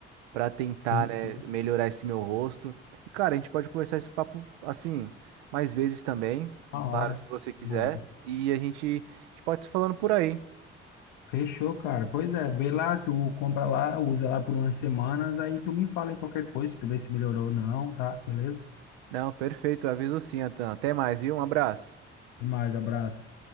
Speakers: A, on the right; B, on the left.
A: para tentar,
B: Sim,
A: né,
B: sim.
A: melhorar esse meu rosto. E, cara, a gente pode conversar esse papo assim mais vezes também,
B: Na hora.
A: claro, se você quiser.
B: Na hora.
A: E a gente, a gente pode se falando por aí.
B: Fechou, cara. Pois é, vê lá, tu compra lá, usa lá por umas semanas, aí tu me fala em qualquer coisa, tu vê se melhorou ou não, tá? Beleza?
A: Não, perfeito, aviso sim, Atan. Até mais, viu? Um abraço.
B: Até mais, abraço.